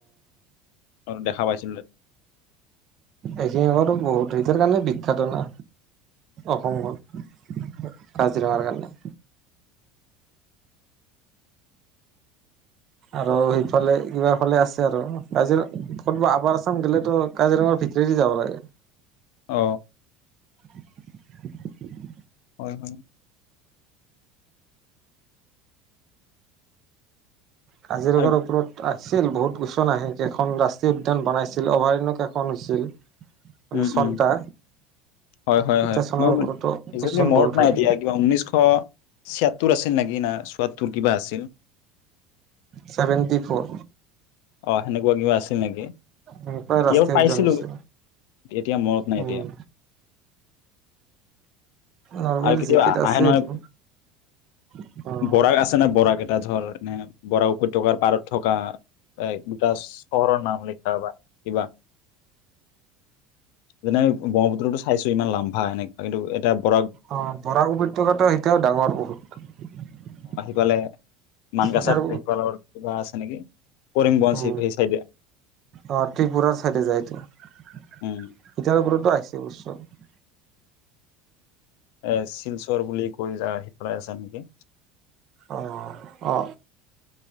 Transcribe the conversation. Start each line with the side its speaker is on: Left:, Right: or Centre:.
Left: আৰু দেখা পাইছো
Right: এইখিন বহুত সেই কাৰণে। খাদনা অসমত কাজিৰঙাৰ গলা আৰু সেইফালে কিবা ফালে আছে আৰু ক'ত আপাৰৰ আছাম গলে টো কাজিৰঙাৰ ভিতৰদি যাব লাগে।
Left: অ
Right: <unintelligible>
Left: হয় হয়
Right: কাজিৰঙাৰ
Left: আৰু
Right: ওপৰত আহ আছিল বহুত গোচন আহে কেইখন ৰাষ্ট্ৰীয় উদ্যান বনাইছিল অভয়াৰণ্য কেইখন হৈছিল। মানে
Left: উম
Right: চনটা
Left: উম হয় হয়
Right: এতিয়া
Left: হয়
Right: চনৰ
Left: মই
Right: ওপৰতো কুৱেশ্যন
Left: মনত
Right: বহুত
Left: নাই
Right: হয়।
Left: এতিয়া কিবা উনৈশ ছিয়াত্তৰ আছিল নেকি না চয়ত্তৰ কিবা আছিল।
Right: ছেভেণ্টি ফ'ৰ
Left: অ সেনেকুৱা কিবা আছিল নেকি
Right: এনেকুৱাই
Left: কিহত
Right: ৰাষ্ট্ৰীয়
Left: পাইছিলো
Right: উদ্যান হৈছে।
Left: এতিয়া মনত নাই
Right: উম,
Left: দিয়া।
Right: নৰ্মেল
Left: আৰু কেতিয়াবা
Right: জিকেত আছে
Left: আহে নহয়
Right: এইটো অ'।
Left: বৰাক আছে ন বৰাক এটা ধৰ মানে বৰা উপত্যকাৰ পাৰত থকা এ দুটা চহৰৰ নাম লিখা বা কিবা যেনে ব্ৰহ্মপুত্ৰতো চাইছো ইমান লাম্ভা এনেকুৱা কিন্তু এটা বৰা
Right: অ বৰাক উপত্যকাটো এতিয়াও ডাঙৰ বহুত।
Left: বালে মান গাছৰ
Right: ইটাৰ
Left: পহিপালৰ কিবা আছে নেকি কৰিমগঞ্জ
Right: উ
Left: সেই চাইডে
Right: আহ ত্ৰিপুৰাৰ চাইডে যায়টো এতিয়া ইয়াৰ
Left: উম
Right: ওপৰত আহিছে বস্তুটো।
Left: এ শিলচৰ বুলি কৈ যা সিফেলাই আছো নেকি?
Right: অঁ অ